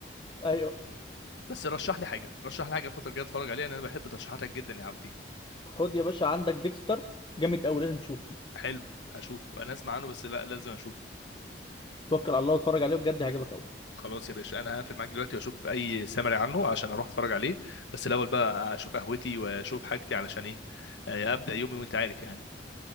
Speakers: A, on the left; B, on the left.
A: ايوه
B: بس رشح لي حاجه رشح لي حاجه الفتره الجايه اتفرج عليها لان انا بحب ترشيحاتك جدا يا عبدي
A: خد يا باشا عندك ديكستر جامد قوي لازم تشوفه
B: حلو هشوف انا اسمع عنه بس لا لازم اشوف
A: توكل على الله واتفرج عليه بجد هيعجبك قوي
B: خلاص يا باشا انا هقفل معاك دلوقتي واشوف اي سمري عنه عشان اروح اتفرج عليه بس الاول بقى اشوف قهوتي واشوف حاجتي علشان ايه آه، ابدا يومي وانت عارف يعني